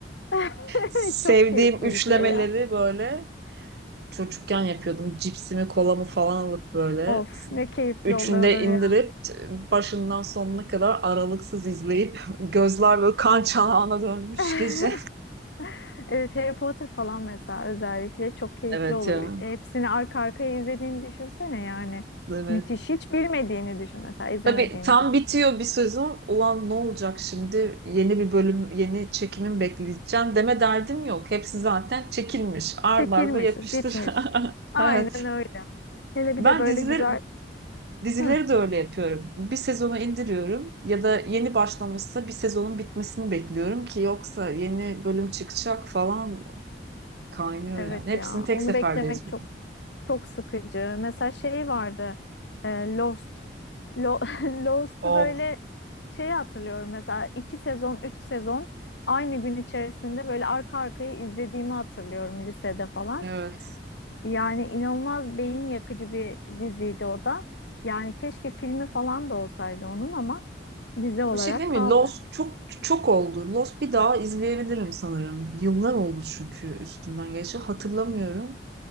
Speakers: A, on the left; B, on the right.
A: <laughs>
B: Sevdiğim
A: Çok keyifli
B: üçlemeleri
A: bir şey ya.
B: böyle çocukken yapıyordum. Cipsimi, kolamı falan alıp böyle.
A: Of ne keyifli
B: Üçünde
A: oluyordur
B: indirip
A: ya.
B: başından sonuna kadar aralıksız izleyip <laughs> gözler böyle kan çanağına dönmüş
A: <laughs>
B: gece.
A: Evet Harry Potter falan mesela özellikle çok keyifli
B: Evet
A: olur.
B: ya.
A: Hepsini arka arkaya izlediğini düşünsene yani.
B: Evet.
A: Müthiş. Hiç bilmediğini düşün mesela izlemediğini
B: Tabii tam
A: düşün.
B: bitiyor bir sezon. Ulan ne olacak şimdi? Yeni bir bölüm, yeni çekimin bekleyeceğim deme derdim yok. Hepsi zaten çekilmiş. Arda
A: Çekilmiş,
B: arda yapıştır.
A: bitmiş.
B: <laughs>
A: Aynen
B: Evet.
A: öyle. Hele bir
B: Ben
A: de böyle
B: dizileri
A: güzel.
B: Dizileri
A: Hı,
B: de öyle yapıyorum. Bir sezonu indiriyorum ya da yeni başlamışsa bir sezonun bitmesini bekliyorum ki yoksa yeni bölüm çıkacak falan kaynıyor
A: evet
B: yani. Hepsini
A: ya.
B: tek
A: Onu
B: seferde
A: beklemek
B: izliyorum.
A: çok çok sıkıcı. Mesela şey vardı. e, Lost. Lo <laughs> Lost'u
B: Of.
A: böyle şeyi hatırlıyorum mesela iki sezon, üç sezon aynı gün içerisinde böyle arka arkaya izlediğimi hatırlıyorum lisede falan.
B: Evet.
A: Yani inanılmaz beyin yakıcı bir diziydi o da. Yani keşke filmi falan da olsaydı onun ama dizi olarak
B: Bir şey değil mi?
A: kaldı.
B: Lost çok çok oldu. Lost bir daha izleyebilirim sanırım. Yıllar oldu çünkü üstünden geçti. Hatırlamıyorum.